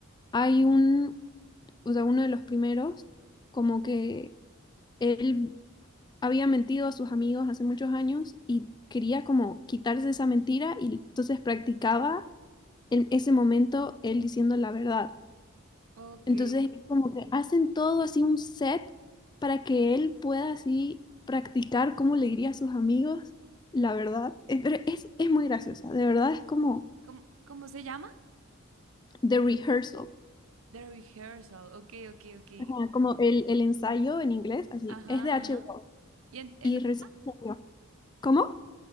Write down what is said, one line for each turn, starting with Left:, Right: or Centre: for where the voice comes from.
Left: hay un, o sea, uno de los primeros, como que él había mentido a sus amigos hace muchos años y quería como quitarse esa mentira y entonces practicaba en ese momento él diciendo la verdad.
Right: Ok.
Left: Entonces es como que hacen todo así un set para que él pueda así practicar cómo le diría a sus amigos la verdad. Eh, Pero es, es muy graciosa, de verdad es como
Right: ¿Cómo, cómo se llama?
Left: The Rehearsal,
Right: The Rehearsal. Ok, ok, ok.
Left: Ajá, como el, el ensayo en inglés, así,
Right: Ajá,
Left: es de
Right: ajá.
Left: HBO
Right: ajá. ¿Y en, en
Left: y
Right: dónde
Left: recién
Right: está?
Left: salió. ¿Cómo?